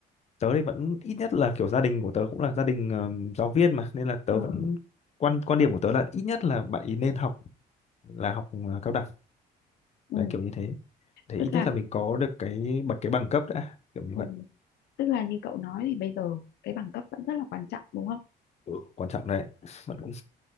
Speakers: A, on the left; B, on the left.
A: tớ thì vẫn ít nhất là kiểu gia đình của tớ cũng là gia đình ờm, giáo viên mà nên là tớ
B: Ờ.
A: vẫn quan quan điểm của tớ là ít nhất là bạn ý nên học là học ờ, cao đẳng
B: Ừ.
A: đấy kiểu như thế thì
B: tức
A: ít nhất
B: là
A: là mình có được cái bậc cái bằng cấp đã kiểu như
B: ừ.
A: vậy
B: tức là như cậu nói thì bây giờ cái bằng cấp vẫn rất là quan trọng đúng không
A: Ừ. quan trọng đấy bạn cũng